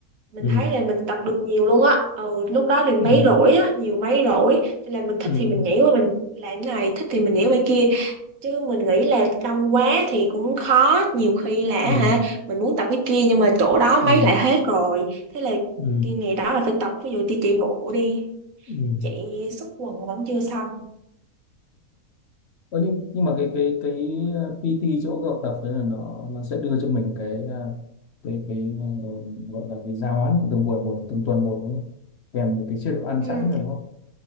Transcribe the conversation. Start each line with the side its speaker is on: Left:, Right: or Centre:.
Right: mình
Left: ừ
Right: thấy là mình tập được nhiều luôn á ừ lúc đó mình
Left: ừ
Right: mấy rỗi á nhiều mấy rỗi nên là mình thích
Left: ừ
Right: thì mình nhảy qua mình làm cái này thích thì mình nhảy qua kia chứ mình nghĩ là đông quá thì cũng khó nhiều khi là
Left: ừ ừ
Right: hả mình muốn tập cái kia nhưng mà chỗ đó
Left: ừ.
Right: mấy lại hết rồi thế là
Left: ừ,
Right: kia ngày đó là phải tập ví dụ đi chạy bộ đi
Left: ừ.
Right: chạy xúc quần vẫn chưa xong
Left: Ơ nhưng nhưng mà cái cái cái uh, PT chỗ cậu tập đấy là nó nó sẽ đưa cho mình cái uh, cái cái uh, gọi là cái giáo án của từng buổi một từng tuần một đúng không? Kèm với cái chế độ ăn
Right: ừ.
Left: sẵn rồi đúng không?